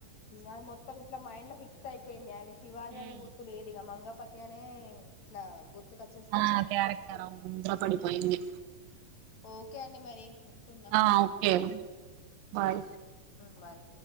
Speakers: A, on the left; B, on the right.
A: అది మొత్తం ఇట్లా మైండ్ లో ఫిక్స్ అయిపోయింది ఆయన శివాజీ
B: ఉమ్.
A: అని గుర్తు లేదు ఇగా మంగ పత్యానే ఇట్లా గుర్తుకొచ్చేస్తుంది
B: ఆ
A: అసలు
B: క్యారెక్టర్
A: అది
B: అ ముద్ర పడిపోయింది
A: ఓకే అండి మరి ఉంటున్నా
B: ఆ ఓకే బాయ్
A: హుమ్ బాయ్